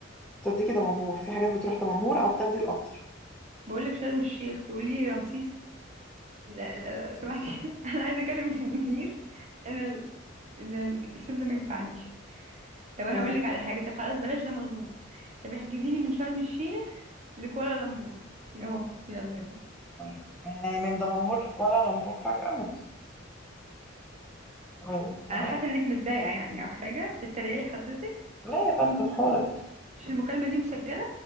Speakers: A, in the centre; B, on the right (about 35°).
A: توديكي دمنهور في حاجات بتروح دمنهور أو تاخدي القطر
B: بقول لك شرم الشيخ تقولي لي رمسيس لا لا لا، سمعتي <laughs> انا عايزه اكلم المدير انا ال- انا الاسم ده ما ينفعنيش طب انا
A: مم.
B: اقول لك على حاجه طب خلاص بلاش دمنهور طب احجزي لي من شرم الشيخ لكوالالمبور اهو يلا يلا.
A: تمام. يعني من دمنهور لكوالا لمبور فجأة ماشي ماشي تمام
B: انا حاسه انك متضايقه يعني او حاجه بتتريقي حضرتك
A: لا يا فندم خالص
B: مش المكالمة دي مسجلة